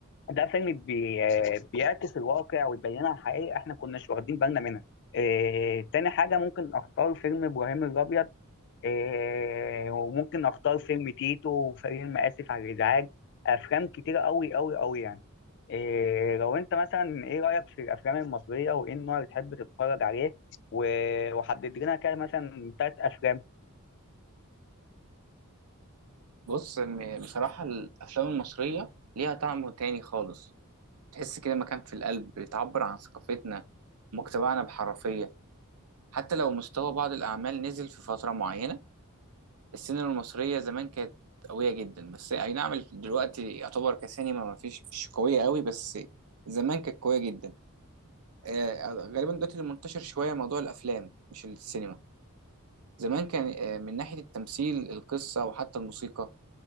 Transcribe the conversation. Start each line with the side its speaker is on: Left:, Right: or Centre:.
Left: ده فيلم بي... بيعكس الواقع ويبينها الحقيقة احنا كناش واخدين بالنا منها اه... تاني حاجة ممكن اختار فيلم ابراهيم الابيض اه... وممكن اختار فيلم تيتو وفيلم اسف على الازعاج افلام كتيرة قوي قوي قوي يعني إيه لو انت مثلا ايه رأيك في الافلام المصرية وايه النوع اللي تحب تتفرج عليه و- وحدد لنا كده مثلا تلات افلام
Right: بص م- بصراحة الأفلام المصرية ليها طعم تاني خالص تحس كده مكان في القلب بتعبر عن ثقافتنا ومجتمعنا بحرفية حتى لو مستوى بعض الأعمال نزل في فترة معينة السينما المصرية زمان كانت قوية جدا بس أي نعم دلوقتي يعتبر كسينما ما فيش مش قوية قوي بس زمان كانت قوية جدا آه، غالبا دلوقتي اللي منتشر شوية موضوع الأفلام مش السينما زمان كان آه، من ناحية التمثيل القصة وحتى الموسيقى